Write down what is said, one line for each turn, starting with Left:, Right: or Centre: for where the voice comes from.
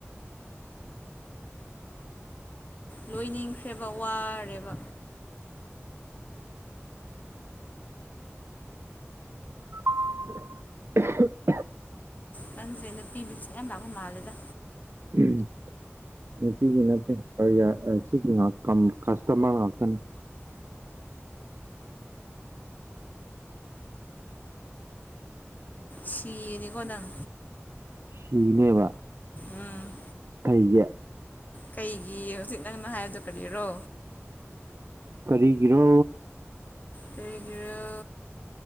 Left: ꯂꯣꯏꯅꯤꯡꯈ꯭ꯔꯦꯕ ꯋꯥꯔꯦꯕ
Right: <unintelligible>
Left: ꯅꯪꯁꯦ ꯅꯨꯄꯤ ꯃꯤꯁ‌ꯦꯖ ꯌꯥꯝ ꯂꯥꯛꯄ ꯃꯥꯜꯂꯦꯗ
Right: ꯎꯝ ꯅꯨꯄꯤꯒꯤ ꯅꯠꯇꯦ <unintelligible> ꯁꯤꯒꯤ ꯉ ꯀꯁꯇꯃꯔ ꯉꯥꯛꯇꯅꯤ
Left: ꯁꯤꯅꯤꯀꯣꯅꯪ
Right: ꯁꯤꯒꯅꯦꯕ
Left: ꯎꯝ
Right: ꯀꯩꯒꯤ
Left: ꯀꯩꯒꯤ ꯍꯧꯖꯤꯛ ꯅꯪꯅ ꯍꯥꯏꯕꯗꯨ ꯀꯔꯤꯔꯣ
Right: ꯀꯔꯤꯒꯤꯔꯣ
Left: ꯀꯔꯤꯒꯤꯔꯥ